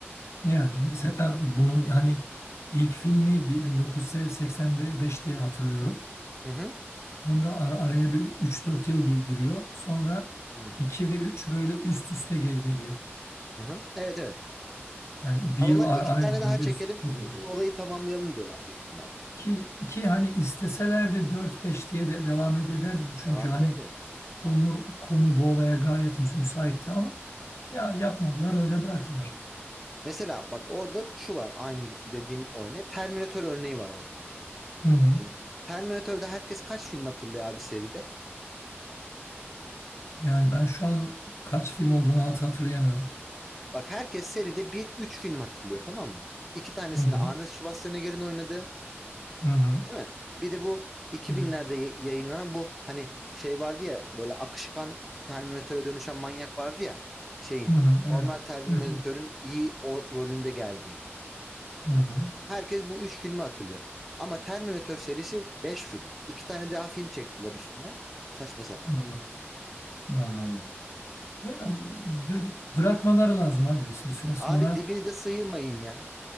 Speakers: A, on the left; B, in the centre.
A: Yani mesela bunun hani ilk filmi bi- 1985 diye hatırlıyorum.
B: Hı hı.
A: Sonra ara- araya bir 3-4 yıl gi- giriyor. Sonra
B: Hı
A: 2 ve 3 böyle üst üste gel- geliyor.
B: hı. Evet evet.
A: Yani bir
B: Ama
A: yıl
B: onlar
A: ar
B: iki
A: arayla
B: tane daha
A: böyle
B: çekelim.
A: üst üste geliyor.
B: e, Olayı tamamlayalım diyorlar büyük ihtimalle.
A: Ki, ki hani isteselerdi dört beş diye de devam ederdi bu. Çünkü
B: Devam
A: hani
B: edebilir.
A: konu konu bu olaya gayet müs- müsaitti ama ya yapmadılar öyle bıraktılar.
B: Mesela bak orada şu var aynı dediğim örneği. Terminator örneği var orada.
A: Hı hı.
B: Şimdi Terminator'da herkes kaç film hatırlıyor abi seride?
A: Yani ben şu an kaç film olduğunu hat hatırlayamıyorum.
B: Bak herkes seride bir üç film hatırlıyor tamam mı? İki tanesinde
A: Hı hı.
B: Arnold Schwarzenegger'in oynadığı
A: Hı hı.
B: değil mi? Bir de bu 2000'lerde
A: Evet.
B: ya- yayınlanan bu hani şey vardı ya böyle akışkan Terminator'a dönüşen manyak vardı ya şeyin
A: Hı hı. Evet.
B: normal Terminator'ın
A: Evet evet.
B: iyi o rolünde geldiği.
A: Hı hı.
B: Herkes bu üç filmi hatırlıyor. Ama Terminator serisi 5 film. iki tane daha film çektiler üstüne. Saçma sapan.
A: Hmm. Anladım. Ya b- bırakmaları lazım abi bir, bir süre sonra.
B: Abi dibini de sıyırmayın ya.